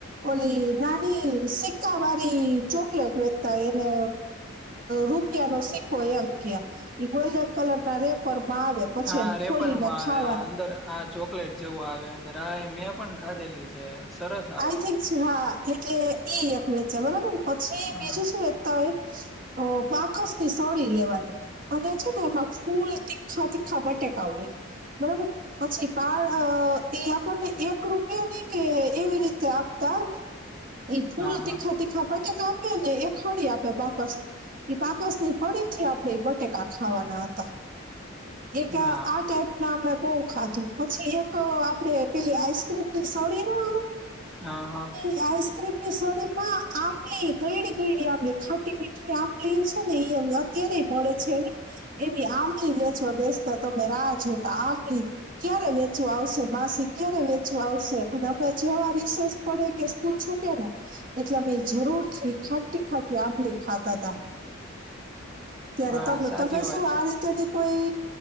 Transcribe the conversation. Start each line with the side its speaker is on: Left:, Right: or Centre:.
Right: ઓલી નાની સિકકા વાળી ચોકલેટ વેચતા એને રૂપિયાનો સિક્કો એમ કે આ એ ગોલ્ડન કલર ના રે-પર્મા આવે પછી
Centre: હા
Right: એને
Centre: રેપર
Right: ખોલીને
Centre: માં
Right: ખાવાનું
Centre: આવે અંદર આ જો લેટ જેવું આવે અંદર હા એ મેં પણ ખાધેલી છે. સરસ આવે
Right: આઈ થિંક હા એટલે ઈ એક વેચે બરાબર, પછી
Centre: હા
Right: બીજું શું વેચતા હોય. અ પાકસ ની સડી લેવાની. અને છે ને એમાં ફૂલ તીખા તીખા બટેકાવે બરાબર પછી બાળ અ એ આપણને એક રૂપયો નઈ કે એવી રીતે આપતા આમ એ ફૂલ
Centre: હા હા
Right: તીખા તીખા બટાક આપ્યો ને એ ખડી આપ્યો પાપસને એક કાકાસની હળી થી આપણે એ બટેકા ખાવાના હતા એક
Centre: હા
Right: આ ટપ ના અમે બહુ ખાધું પછી એક આપડે પેલી આઈસક્રીમની સડી નું આવે?
Centre: હા હા
Right: એ આઈસક્રીમ ની સડીમાં આંબલી ગયડી ગયડી આંબલી ખાટી મીઠી આંબલી છે ને એ કેરી મળે છે ને એની આંબલી વેચવા બેસતા તમે રાહ જો તા આંબલી ક્યારે વેચવા આવશે માસી ક્યારે વેચવા આવશે અને અમે જેવા રિસેસ પડે કે સ્કૂલ છૂકે ને એટલે અમે જરૂર થી ખાટી ખાટી આંબલી ખાતા હતા. ત્યારે
Centre: હા
Right: તમને
Centre: સાચી
Right: તમે શું
Centre: વાત છે
Right: આ રીતે ની કોઈ